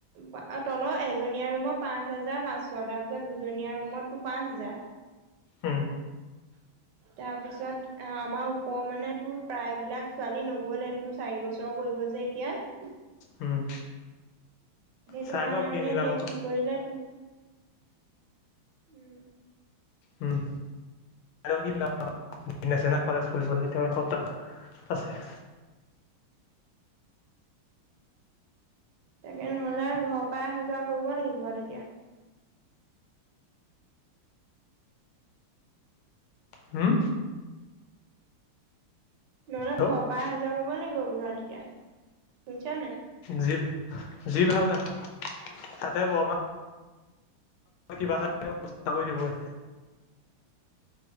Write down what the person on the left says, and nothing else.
উম।
উম।
চাই
লওঁ কি
মিলাব
পাৰ
উম। আৰু <inaudible> ন কলেজ খুলিবলৈ এতিয়াও এসপ্তাহ আছে।
হুম?
হেল্ল'
যি যি ভাল দেখা তাতে বৰমা কিবা নহয় কিবা এটা ব্যৱস্থা কৰি দিবই।